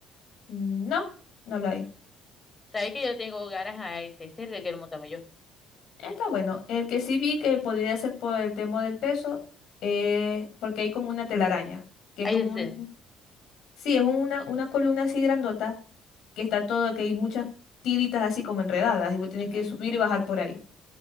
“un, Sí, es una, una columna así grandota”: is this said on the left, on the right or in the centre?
Left